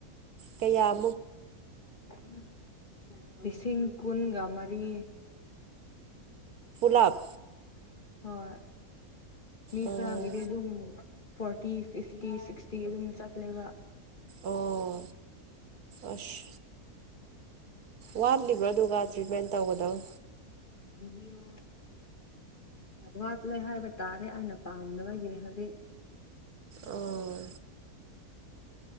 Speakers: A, on the right; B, on the left.
A: ꯀꯩꯌꯥ
B: <unintelligible> ꯂꯤꯁꯤꯡ ꯁꯤꯡ ꯀꯨꯟꯒ ꯃꯔꯤ
A: ꯂꯥꯞ
B: ꯍꯣꯏ ꯃꯤ
A: ꯑꯣ
B: ꯈꯔ ꯒꯤꯗꯤ ꯑꯗꯨꯝ ꯐꯣꯔꯇꯤ ꯐꯤꯐꯇꯤ ꯁꯤꯁ ꯇꯤ ꯑꯗꯨꯝ ꯆꯠꯂꯦꯕ
A: ꯑꯣ ꯑꯁ ꯋꯥꯠꯂꯤꯕ꯭ꯔꯣ ꯑꯗꯨꯒ ꯇ꯭ꯔꯤꯠꯃꯦꯟ ꯇꯧꯒꯗꯕ
B: ꯂꯩꯕꯤꯌꯨ ꯋꯥꯠꯂꯦ ꯍꯥꯏꯕ ꯇꯥꯔꯦ ꯑꯩꯅ ꯄꯥꯝꯗꯕꯒꯤ ꯍꯧꯖꯤꯛ
A: ꯑꯣ